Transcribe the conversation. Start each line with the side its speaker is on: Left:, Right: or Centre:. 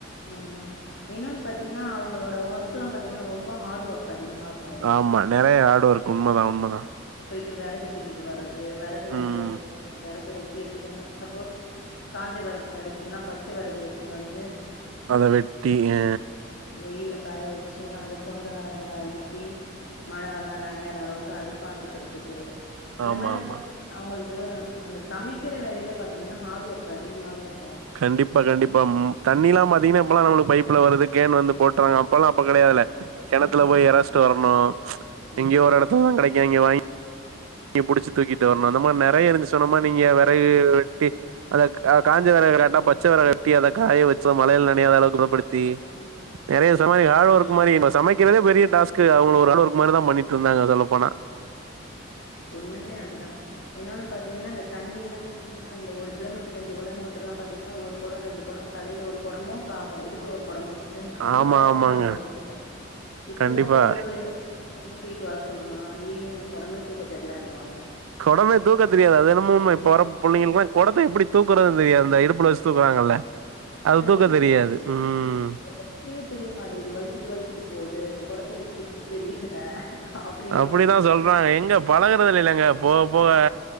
Left: ம் இன்னொனு பாத்திங்கனா அவங்களோட ஒர்க்லா பாத்திங்னா ரொம்ப ஹார்ட் ஒர்க் அதிகமா இருக்கு அவங்கள்ட்ட
Right: ஆமா நெறைய ஹார்ட் ஒர்க் உண்மதா உண்மதா
Left: போய்ட்டு வெறகு தூக்கிட்டு வர்றது வெறகு வெட்றது
Right: ம்.
Left: வெறகு வெ ங்க எடுத்துட்டு வந்து சப்போஸ் காஞ்ச வெறகு கெடைக்கலனா பச்ச வெறகு எடுத்துட்டு வந்து
Right: அத வெட்டி அ
Left: வெயில காய வச்சு அத கொண்டு அது அடுக்கி மழ வந்தா நனையாத அளவுக் கு அது பாத்துக்கறதுக்கு அந்த
Right: ஆமா,
Left: மாரி
Right: ஆமா.
Left: அவுங்ளுக் கு அந்த சமைக்கிற வேலயில பாத்திங்னா ஹார்ட் ஒர்க் அதிகமாவே இரு
Right: கண்டிப்பா கண்டிப்பா ம் தண்ணிலா பாத்திங்னா இப்பலா நம்மளுக்கு பைப் ல வருது கேன் வந்து போட்றாங்க அப்பல்லா அப்ப கெடையாதுல கெணத்துல
Left: ம் ம்
Right: போய் எரச்ட்டு வர்ணு
Left: ம்
Right: எங்கயோ ஒரு எடத்துலதா கெடைக்கு அங்க வாங் கி புடிச்சுட் டு தூக்கிட்டு வர்ணு அந்த மாரி நறைய இருந்து சொன்ன மார் நீங்க வெறகு வெட்டி அந்த கா காஞ்ச வரகு இல்லட்டா பச்ச வெ வெறக வெட்டி அத காய வச்சோம் மழயில நனையாத அளவு குணப்படுத்தி நெறைய மாரி ஹார்ட் ஒர்க்
Left: ம்
Right: மாரி இப்ப
Left: ம்
Right: சமைக்கிறதே பெரிய டாஸ்க் அவங்க ஒரு எரநூற்க் மேல தா பண்ணிட்டு இருந்தாங்க சொல்ல போன
Left: ஒன்னுமே அதுதா இன்னொன்னு பாத்தீங்கனா அந்த தண்ணில பாதிங்கனா அந்த ஒரு கிலோமீட்டர் ரெண்டு கிலோ மீட்டர் எல்லா பாத்தீங்கன்னா ஒரு குடம் ரெண்டு குடம் தலையில ஒரு குடமு இடுப்புல ஒரு குடமும் வச்சு அவ்ளோ
Right: ஆமா,
Left: வேகமா
Right: ஆமாங்க.
Left: நடந்து வருவாங்க இப்பக்குற
Right: கண்டிப்பா
Left: பொம்பள பிள்ளைங்க தூக்கிட்டு வர சொல்லுங்களே ஐய்யயோ எனக்கு கொடமே தூக்க தெரியலனுவாங்க
Right: கொடமே தூக்க தெரியாது அது என்னமோ உண்மை இப்ப வர புள்ளைங்களுக்ளா கொடத்தை எப்டி தூக்குறது தெரியாது அந்த இடுப்புல வச்சு தூக்குறாங்கல்ல அது தூக்க
Left: இடுப்பு
Right: தெரியாது. ம்.
Left: வைக்கவே தெரிய மாட்டுக்குது வழிக்கிட்டு வழிக்கிட்டு போது கொடத்தை எனக்கு புடிக்க தெரியல அப்டின்னுவாங்க
Right: அப்டிதா சொல்றாங்க எங்க பழகுறது இல்லலங்க போக போக